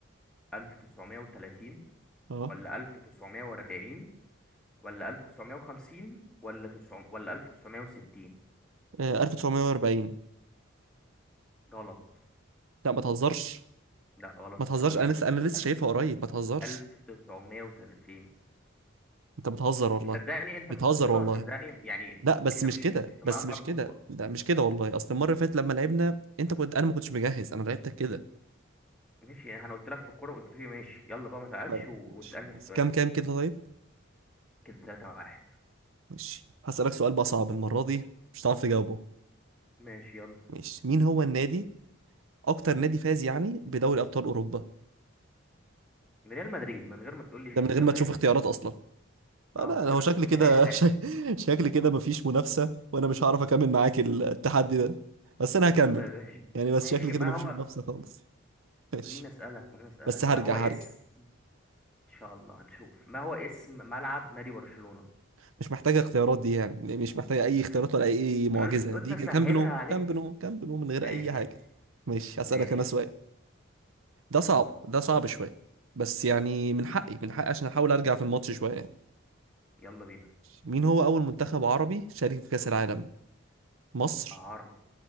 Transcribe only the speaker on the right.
اه
آه، 1940
لا ما تهزرش
ما تهزرش
انا لسه انا لسه
شايفها قريب ما تهزرش
انت بتهزر
والله
بتهزر
والله
لا بس
مش
كده
بس
مش
كده
لا مش كده والله اصل المره اللي فاتت لما لعبنا انت كنت انا ما كنتش مجهز انا لعبتك كده
طيب
ماشي بس
كام كام كده طيب
ماشي هسألك سؤال بقى صعب المره دي مش هتعرف تجاوبه
ماشي مين هو النادي اكتر نادي فاز يعني بدوري ابطال اوروبا
ده من غير
ما تشوف اختيارات اصلا انا
أنا
هو شكلي
كده
<laughs> شك- شكلي كده مفيش منافسة وانا مش هعرف اكمل معاك التحدي ده بس انا هكمل
يعني بس
شكلي كده
مفيش
منافسة خالص ماشي
بس هرجع
هرجع
مش محتاجة اختيارات دي يعني مش محتاجة اي
اختيارات ولا اي معجزة
دي
كامب نو
كامب نو كامب نو من غير
اي حاجة ماشي هسألك
انا سؤال ده صعب
ده صعب شوية بس يعني من حقي من حقي عشان احاول ارجع في الماتش شوية يعني.
مين هو اول منتخب عربي شارك في كأس العالم مصر